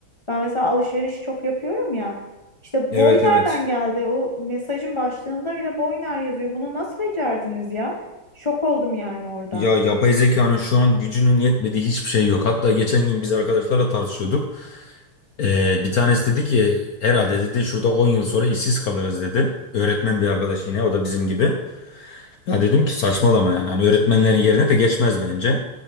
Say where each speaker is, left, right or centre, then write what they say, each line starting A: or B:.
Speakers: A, on the left; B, on the left.
A: Ben mesela alışveriş çok yapıyorum ya. İşte
B: Evet
A: boy nereden
B: evet.
A: geldi? O mesajın başlığında bile boy ner yazıyor. Bunu nasıl becerdiniz ya? Şok oldum yani orada.
B: Ya yapay zekanın şu an gücünün yetmediği hiçbir şey yok. Hatta geçen gün biz arkadaşlarla tartışıyorduk. Ee, bir tanesi dedi ki herhalde dedi şurada 10 yıl sonra işsiz kalırız dedi. Öğretmen bir arkadaş yine o da bizim gibi. Ya dedim ki saçmalama yani hani öğretmenlerin yerine de geçmez bence.